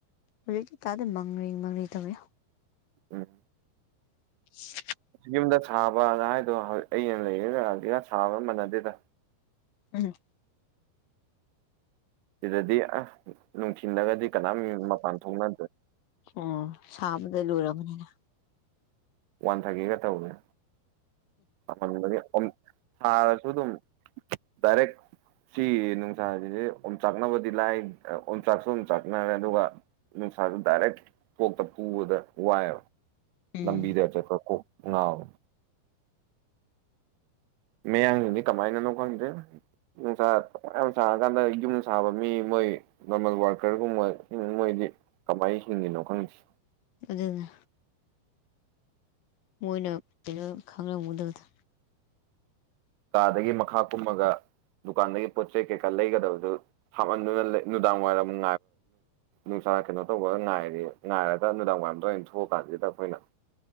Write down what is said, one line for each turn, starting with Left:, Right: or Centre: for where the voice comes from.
Left: ꯍꯧꯖꯤꯛ ꯏꯇꯥꯥꯗ ꯃꯪꯔꯦ ꯃꯪꯔꯦ ꯇꯧꯔꯤ
Right: ꯎꯝ
Left: <unintelligible>
Right: ꯌꯨꯝꯗ ꯁꯥꯕ ꯑꯗꯨ ꯍꯥꯏꯗꯣ ꯑꯩ ꯂꯩꯔ ꯂꯥꯛꯑꯒꯦꯔ ꯁꯥꯕꯒ ꯃꯥꯟꯅꯗꯦꯗ
Left: ꯑ
Right: ꯁꯤꯗꯗꯤ ꯑ ꯅꯨꯡꯊꯤꯜꯂꯒꯗꯤ ꯀꯅꯥꯝ ꯃꯄꯥꯟ ꯊꯣꯛꯅ
Left: ꯑꯣ ꯁꯥꯕꯗ ꯂꯨꯔꯕꯅꯤꯅ
Right: ꯋꯥꯟ ꯊꯥꯔꯇꯒ ꯇꯧꯅꯦ ꯍꯟꯕ ꯁꯥꯔꯁꯨ ꯑꯗꯨꯝ ꯗꯥꯏꯔꯦꯛ ꯁꯤ ꯅꯨꯡꯁꯥꯁꯤꯁꯦ ꯌꯣꯡꯆꯥꯛꯅꯕꯗꯤ ꯂꯥꯏ ꯌꯣꯡꯆꯥꯛꯁꯨ ꯌꯝꯆꯥꯛꯅꯔꯦ ꯑꯗꯨꯒ ꯅꯨꯡꯁꯥ ꯗꯥꯏꯔꯦꯛ ꯀꯣꯛꯇ ꯄꯨꯕꯗ ꯋꯥꯏꯑꯕ
Left: ꯎꯝ
Right: <unintelligible> ꯃꯌꯥꯒꯤꯅꯤ ꯀꯃꯥꯏꯅꯅꯣ ꯈꯪꯗꯦ ꯅꯨꯡꯁꯥ ꯌꯥꯝ ꯁꯥꯔꯀꯥꯟꯗ ꯌꯨꯝ ꯁꯥꯕ ꯃꯤ ꯃꯣꯏ ꯅꯣꯔꯃꯦꯜ ꯋꯥꯔꯀꯔꯒꯨꯝꯕ ꯃꯣꯏꯗꯤ ꯀꯃꯥꯏ ꯍꯤꯡꯉꯤꯅꯣ ꯈꯪꯁꯤ
Left: ꯑꯗꯨꯗꯅ ꯃꯣꯏꯅ ꯀꯩꯅꯣ ꯈꯪꯂꯝꯝꯃꯨꯗꯕꯗ
Right: ꯀꯥꯗꯒꯤ ꯃꯈꯥ ꯀꯨꯝꯃꯒ ꯗꯨꯀꯥꯟꯗꯒꯤ ꯄꯣꯠ ꯆꯩ ꯀꯩꯀꯥ ꯂꯩꯒꯗꯕꯗꯨ ꯍꯥꯞꯍꯟꯗꯨꯅ ꯅꯨꯡꯗꯥꯡ ꯋꯥꯏꯔꯝ ꯑꯃꯛ ꯉꯥꯏꯕ ꯀꯩꯅꯣ ꯇꯧꯕꯒ ꯉꯥꯏꯔꯤ ꯉꯥꯏꯔꯒ ꯅꯨꯅꯨꯡꯗꯥꯡ ꯋꯥꯏꯔꯝꯗ ꯑꯣꯏꯅ ꯊꯣꯛꯑ ꯀꯥꯟꯁꯤꯗ ꯑꯩꯈꯣꯏꯅ